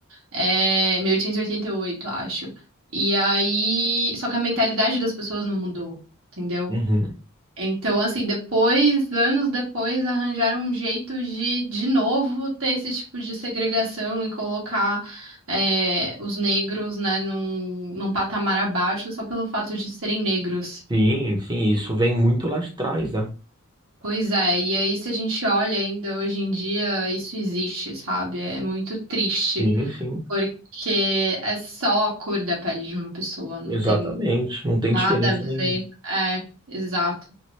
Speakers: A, on the right; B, on the right.
A: É, 1888, acho. E aí, só que a mentalidade das pessoas não mudou, entendeu?
B: uhum.
A: Então, assim, depois, anos depois, arranjaram um jeito de, de novo, ter esse tipo de segregação e colocar é, os negros, né, num, num patamar abaixo só pelo fato de serem negros.
B: Sim, sim, isso vem muito lá de trás, né?
A: Pois é, e aí se a gente olha ainda hoje em dia, isso existe, sabe? É muito triste,
B: Sim, sim,
A: porque é só a cor da pele de uma pessoa, não
B: exatamente.
A: tem
B: Não tem
A: nada
B: diferença
A: a ver.
B: nenhuma.
A: É, exato.